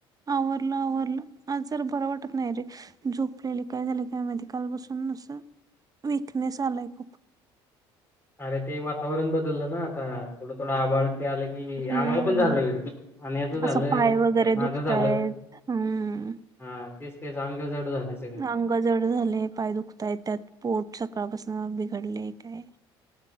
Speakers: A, on the right; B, on the left.
A: आवरलं आवरलं, आज जरा बरं वाटत नाही रे झोपलेली काय झाली, काय मध्ये कालपासुन विकनेस, अलाय खूप.
B: अरे ते वातावरण बदललं ना आता थोडं थोडं आभाळ. आलं की आम्हाला
A: हम्म
B: पण झालं, आण्याच झालं
A: असं पाय वगैरे
B: माझ
A: दुखतायत
B: झालं.
A: हम्म
B: हा तेच तेच अंग जड झाले सगळे.
A: अंग जड झाले, पाय दुखताय, त्यात पोट सकाळ बस. बिघडले काय.